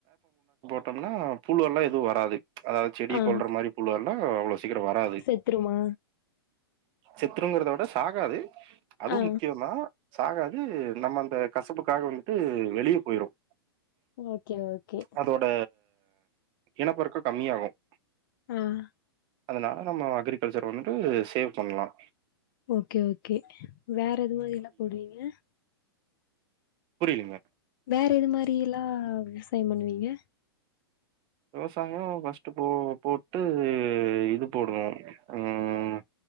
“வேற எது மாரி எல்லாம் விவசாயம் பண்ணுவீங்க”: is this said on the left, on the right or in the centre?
Left